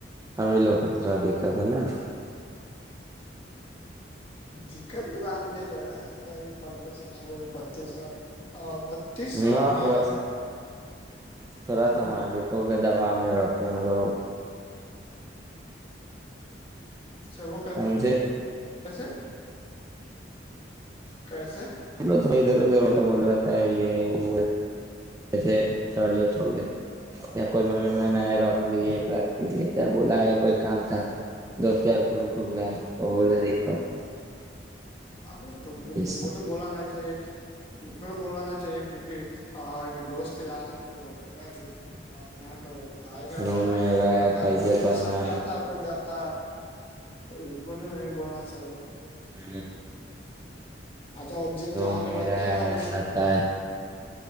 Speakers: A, on the right; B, on the left.
A: ہمھی لوگ اترا دیکھ د نا
B: دقت کی بات نہیں کر رہے ہم پندرہ سو آ بتیس سو تیس سو
A: نہ
B: میں
A: تھوڑا سا تھوڑا
B: ہاں
A: سا مان لکھوک کہ دوا میں رہتے ہیں لوگ
B: اچھا وہ
A: ساںھے
B: کیسے کیسے
A: چلو تو ادھر ادھر ہوتا بول رہا ہے یہ وہ ہے ویسے تھوڑا لیٹ ہو گیا کوئی ممی میں نےیا رکھ لی ایک رات کے لیے چاہے بلا ہے کوئی کام تھا دست ہیار کر کو بلا وہ بولے دیکت
B: ارے تو ان
A: سب
B: کو تو بولانا چ ایک ان کو تو بولنا نہا چاہیے کیوںکہ دوست یار ہے تو پتا ہے اپنا یہاں تو آئے گا
A: روم
B: جائے
A: میرا
B: گا رہتا
A: کیسے
B: ہے تو کوئی ریلیشن
A: کرنا
B: بھی آتا ہے کوئی جاتا تو کو تو نہیں بولنا چاہیے
A: ہ
B: اچھا اور
A: روم
B: جہاں
A: میرا
B: پہ رہتے
A: ہے
B: ہیں اس
A: آتا ہے